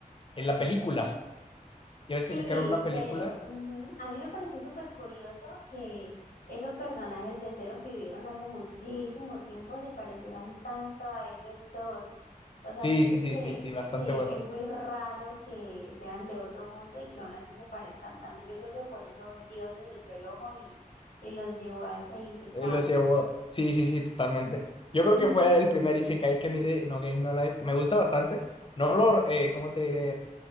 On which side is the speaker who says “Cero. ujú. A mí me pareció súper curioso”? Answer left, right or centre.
Left